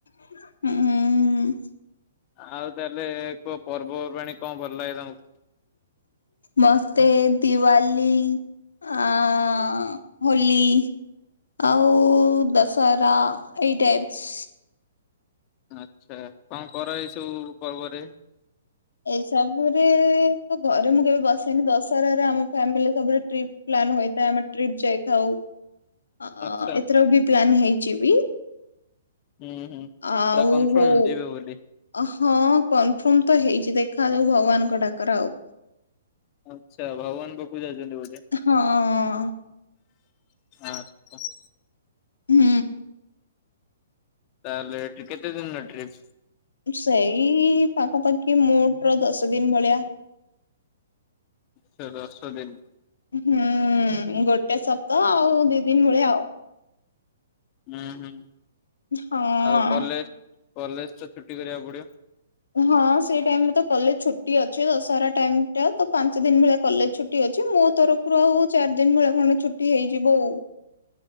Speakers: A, on the left (about 65°); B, on the left (about 30°).
A: ହୁଁଁ।
B: ଆଉ ତାହେଲେ କୁହ ପର୍ବପର୍ବାଣୀ କ ଭଲ ଲାଗେ ତମକୁ?
A: ମତେ ଦିୱାଲିୀ ଆଁ ହୋଲି। ଆଉ ଦଶହରା ଏଇ ଟାଇପ୍ସ।
B: ଆଚ୍ଛା କଣ କର ଏଇସବୁ ପର୍ବରେ?
A: ଏଇ ସବୁରେ ତ ଘରେ ମୁଁ କେବେ ବସେନି ଦଶହରାରେ ଆମ ଫ୍ୟାମିଲି ସବୁ। ଟ୍ରିପ୍ ପ୍ଲାଆନ୍ ହୋଇଥାଏ ଆମେ ଟ୍ରିପ୍ ଯାଇଥାଉ। ଅଁ
B: ଆଚ୍ଛା
A: ଏଥର ବି ପ୍ଲାନ୍ ହେଇଛି ବି।
B: ହୁଁ ହୁଁ ପୁରା
A: ଆଉ
B: କନଫର୍ମ
A: ହଉ
B: ଯିବେ ବୋଲି।
A: ହଁ କନଫର୍ମ ତ ହେଇଛି ଦେଖାଯାଉ ଭଗବାନଙ୍କ ଡାକରା ଆଉ।
B: ଆଚ୍ଛା ଭଗବାନ ପାଖକୁ ଯାଉଛନ୍ତି ବୋଧେ
A: ହଁ
B: ଆଚ୍ଛା।
A: ହୁଁ।
B: ତାହେଲେ କେତେ ଦିନର ଟ୍ରିପ୍।
A: ସେଇ ପାଖାପାଖି ମୋଟ ର ଦଶ ଦିନ ଭଳିଆ।
B: ସେ ଦଶ ଦିନ।
A: ହୁଁ ଗୋଟେ ସତାହଆଉ ଦି ଦିନ ଭଳିଆ ଆଉ।
B: ହୁଁ ହୁଁ
A: ହଁ।
B: ଆଉ କଲେଜ କଲେଜ ତ ଛୁଟି କରିବାକୁ ପଡିବ।
A: ହଁ ସେଇ ଟାଇମ ରେ ତ କଲେ ଛୁଟି ଅଛି ଦଶହରା ଟାଇମ ଟା ତ ପାଞ୍ଚ ଦିନ ଭଳିଆ କଲେଜ ଛୁ। ଛୁଟି ଅଛି ମୋ ତରଫରୁ ଆଉ ଚାରି ଦିନ ଭଳିଆ ଖଣ୍ଡେ ଛୁଟି ହେଇଯିବ ଆଉ।